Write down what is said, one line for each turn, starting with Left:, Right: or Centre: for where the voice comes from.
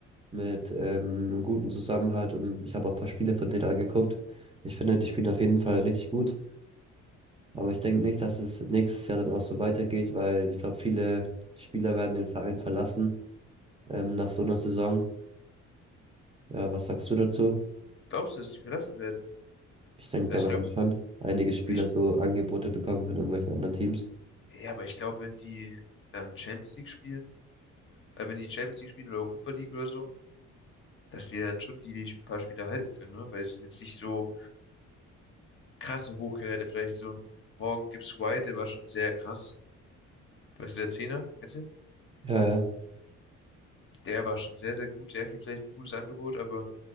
Right: mit ähm, einem guten Zusammenhalt und ich habe auch ein paar Spiele von denen angeguckt. Ich finde, die spielen auf jeden Fall richtig gut. Aber ich denke nicht, dass es nächstes Jahr dann auch so weitergeht, weil ich glaube, viele Spieler werden den Verein verlassen ähm, nach so einer Saison. Ja, was sagst du dazu?
Left: Glaubst du, dass die verlassen werden?
Right: Ich denke,
Left: Also
Right: da
Left: ich
Right: werden
Left: glaube,
Right: schon einige Spieler
Left: ich,
Right: so Angebote bekommen von irgendwelchen anderen Teams.
Left: ja, aber ich glaube, wenn die dann Champions League spielen, äh, wenn die Champions League spielen oder Europa League oder so, dass die dann schon die, paar Spiele halten können, ne? Weil es sind jetzt nicht so krasse Hochkaräter. Vielleicht so ein Morgan Gibbs White, der war schon sehr krass. Du weißt, der Zehner, kennst du den?
Right: Ja, ja.
Left: Der war schon sehr, sehr gut. Der kriegt vielleicht ein gutes Angebot, aber